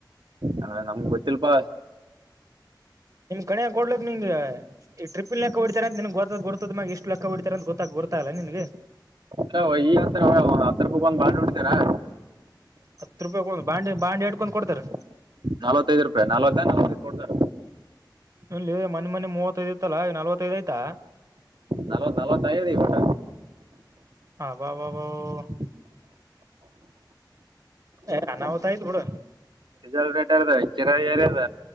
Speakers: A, on the right; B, on the right.
A: ಹಾ ನಮಗೆ ಗೊತ್ತಿಲ್ ಪ್ಪ
B: ನಿಮ್ಮ ಕಡೆ ಕೊಡ್ಲಕ್ ನಿಂಗೆ ಈ ಟ್ರಿಪ್ ಲೆಕ್ಕ ಹೊಡ್ತಾರೆ ಅ ನಿನಗ್ ಗೊತ್ತದ ಗೊತ್ತದ ಮ್ಯಾಗ ಇಷ್ಟ ಲೆಕ್ಕ ಹೊಡಿತಾರ್ ಅಂತ ಗೊತ್ತ ಗುರ್ತಾಗಲ್ ನಿನಗೆ
A: ಹ ಈ ಅಂತ ಅವ ಹತ್ತು ರೂಪಾಯಿಗೆ ಒಂದ್ ಬಾಳ ನೋಡತ್ತಾರ.
B: ಹತ್ ರೂಪಾಯಿಗ್ ಒಂದ್ ಬಾಡ್ಲಿ ಬಾಡ್ ಹಿಡ್ಕೊಂಡ್ ಕೊ ಕೊಡತಾರೆ
A: ನಲವತ್ತೈದು ರೂಪಾಯಿ ನಲವತ್ತ ನಲವತ್ತೈದು ಕೊಡ್ತಾರ
B: ಇಲ್ಲಿ ಮೊನಿ ಮೊನಿ ಮೂವತ್ತೈದ್ ಇತ್ತಲ್ಲಾ ಈಗ ನಲವತ್ತೈದು ಐಯ್ತಾ.
A: ನಲವತ್ ನಲವತ್ತು ಆಗದೆ ಇವಾಗ
B: ಹಬ ಹಬ ಹಬ ಹಬ ಏ ಅನಾಹುತ ಐತ್ ಬುಡ್
A: ಡಿಸೇಲ್ ರೇಟ್ ಕಿರೆ ಎರಿ ಅದ